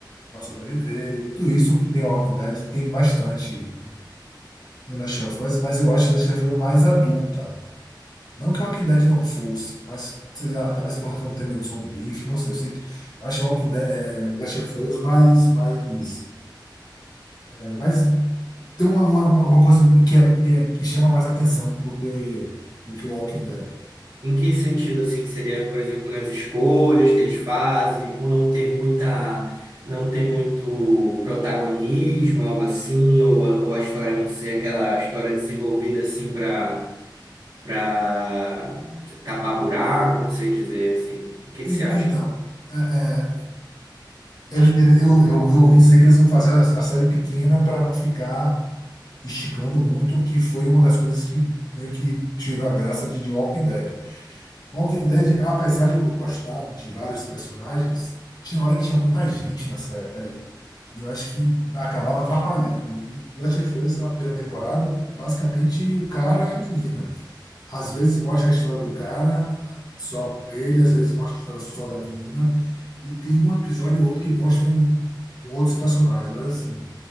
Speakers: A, on the left (about 55°); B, on the right (about 50°).
A: para sobreviver, tudo isso que tem a Walking Dead tem bastante em Last of Us, mas eu acho Last of Us mais adulta. Não que a Walking Dead não fosse, mas sei lá, talvez por ter um tema de zumbi, enfim, não sei, eu sei que eu acho Walking Dead, eh, Last of Us mais, mais É, mas tem uma, uma, uma coisa que, é, que, é- que chama mais atenção do que do que o Walking Dead.
B: Em que sentido, assim, seria, por exemplo, nas escolhas que eles fazem, ou não ter muita, não ter muito protagonismo, algo assim, ou, a- ou a história não ser aquela história desenvolvida, assim, para para tapar buraco, não sei dizer, assim. O que que você
A: E-
B: acha?
A: Então, é, é, ele- ele- eu, eu, eu ouvi dizer que eles vão fazer a, a série pequena para não ficar esticando muito, que foi uma das coisas que meio que tirou a graça de, de Walking Dead. Walking Dead, apesar de eu gostar de vários personagens, tinha hora que tinha muita gente na série. E eu acho que acabava atrapalhando. E Last of Us, na primeira temporada, é basicamente o cara e a menina. Às vezes mostra a história do cara, só ele, às vezes mostra a história só da menina. E tem um episódio ou outro que mostra um, um outros personagens, mas assim,